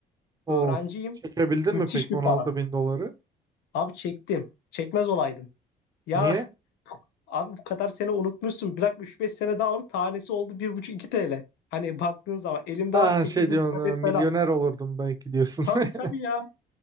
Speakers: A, on the right; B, on the left.
A: O
B: Öğrenciyim.
A: çekebildin
B: Müthiş
A: mi peki
B: bir
A: 16
B: para.
A: bin doları?
B: Abi çektim. Çekmez olaydım. Ya
A: Niye?
B: abi bu kadar sene unutmuşsun. Bırak üç beş sene daha onu tanesi oldu 1,5-2 TL. Hani baktığın zaman elimde
A: Ha
B: var 8
A: şey
B: milyon
A: diyorsun
B: adet
A: e, milyoner
B: falan.
A: olurdum belki diyorsun.
B: Tabii
A: <laughs>
B: tabii ya.